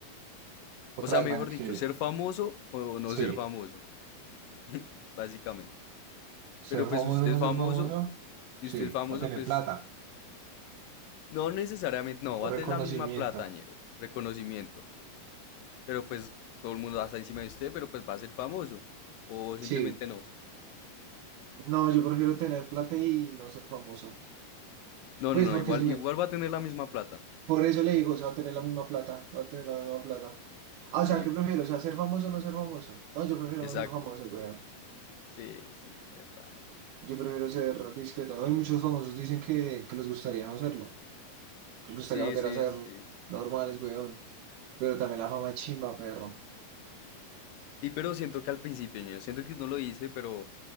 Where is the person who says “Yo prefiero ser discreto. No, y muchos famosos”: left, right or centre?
Right